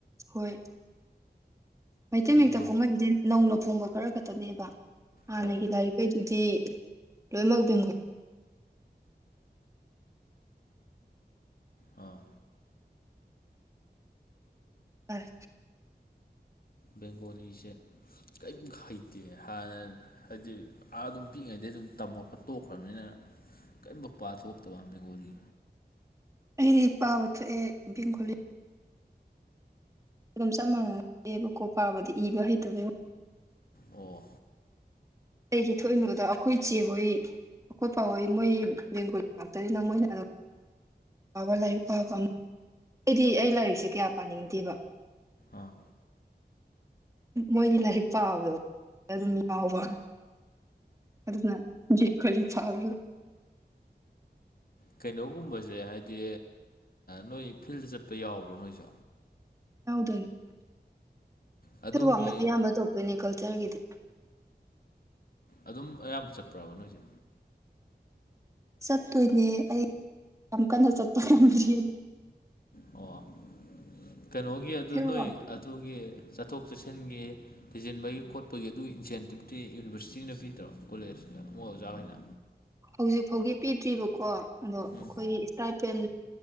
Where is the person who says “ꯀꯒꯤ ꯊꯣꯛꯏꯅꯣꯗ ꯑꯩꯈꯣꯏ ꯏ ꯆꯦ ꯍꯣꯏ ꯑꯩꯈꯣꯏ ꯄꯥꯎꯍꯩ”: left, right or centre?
Right